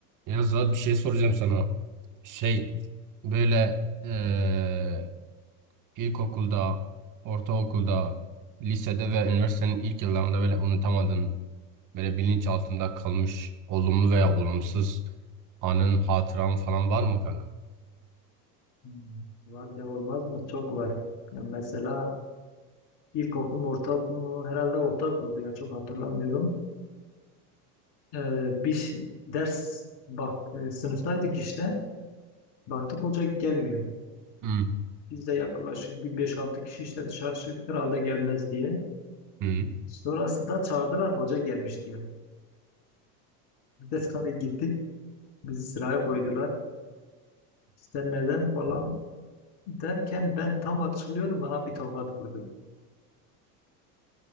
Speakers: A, on the right; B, on the left.
A: Ya Zuhat bir şey soracağım sana. Şey böyle eee ilkokulda, ortaokulda, lisede ve üniversitenin ilk yıllarında böyle unutamadığın, böyle bilinç altında kalmış olumlu veya olumsuz anın, hatıran falan var mı kanka?
B: Hmm, Var ya olmaz mı? Çok var. Ya mesela ilkokul mu ortaokul mu? Herhalde ortaokul ya çok hatırlamıyorum. Ee, bir ş- ders bak e, sınıftaydık işte. Baktık hoca gelmiyor.
A: Hı.
B: Biz de yaklaşık bir beş altı kişi işte dışarı çıktık herhalde gelmez diye.
A: Hı.
B: Sonrasında çağırdılar hoca gelmiş diyor. Biz de <laughs> tabii gittik. Bizi sıraya koydular. İşte neden falan derken ben tam açılıyordum bana bir tokat vurdu. <laughs>